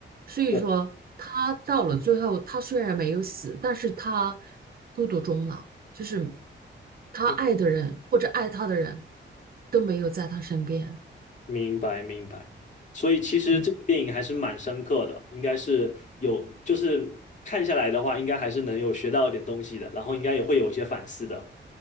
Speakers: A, on the right; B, on the left.
A: 所以说他到了最后，
B: 对，
A: 他虽然没有死，但是他孤独终老，就是他爱的人或者爱他的人
B: 嗯，
A: 都没有在他身边，
B: 明白明白。所以其实这个电影还是蛮深刻的，
A: 对。
B: 应该是有，就是看下来的话，应该还是能有学到一点东西的，然后应该也会有一些反思的